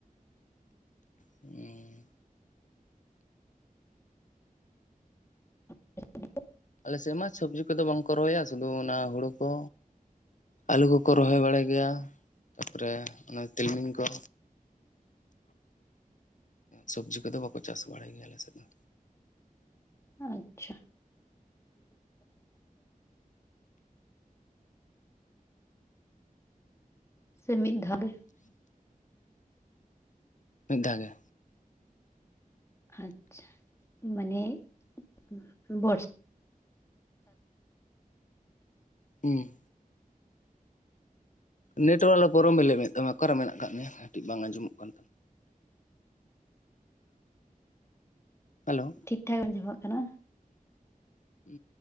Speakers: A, on the left (about 60°); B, on the left (about 20°).
A: ᱦᱮᱸ
B: <inaudible>
A: ᱟᱞᱮ ᱥᱮᱫ ᱢᱟ ᱥᱚᱵᱡᱤ ᱠᱚᱫᱚ ᱵᱟᱝ ᱠᱚ ᱨᱚᱦᱚᱭᱟ᱾ ᱥᱩᱫᱷᱩ ᱚᱱᱟ ᱦᱩᱲᱩ ᱠᱚ ᱟᱹᱞᱩ ᱠᱚᱠᱚ ᱨᱚᱦᱚᱭ ᱵᱟᱲᱟᱭ ᱜᱮᱭᱟ ᱛᱟᱨᱯᱚᱨᱮ ᱚᱱᱟ ᱛᱤᱞᱢᱤᱧ ᱠᱚ ᱥᱚᱵᱡᱤ ᱠᱚᱫᱚ ᱵᱟᱠᱚ ᱪᱟᱥ ᱵᱟᱲᱟᱭ ᱜᱮᱭᱟ ᱟᱞᱮ ᱥᱮᱫ ᱫᱚ
B: ᱟᱪᱪᱷᱟ <inaudible> ᱥᱮ ᱢᱤᱫ ᱫᱷᱟᱣ ᱜᱮ
A: ᱢᱤᱫ ᱫᱷᱟᱣ ᱜᱮ
B: ᱟᱪᱪᱷᱟ ᱢᱟᱱᱮ <unintelligible>
A: ᱦᱮᱸ ᱱᱮᱴᱣᱟᱨ <unintelligible> ᱞᱟᱹᱭᱮᱫ ᱛᱟᱢᱟ ᱚᱠᱟᱨᱮ ᱢᱮᱱᱟᱜ ᱠᱫ ᱢᱮᱭᱟ ᱠᱟᱹᱴᱤᱡ ᱵᱟᱝ ᱟᱸᱡᱚᱢᱚᱜ ᱠᱟᱱ ᱛᱟᱢᱟ ᱦᱮᱞᱳ
B: ᱴᱷᱤᱠ ᱴᱷᱟᱠ ᱟᱸᱡᱚᱢᱚᱜ ᱠᱟᱱᱟ
A: ᱦᱩ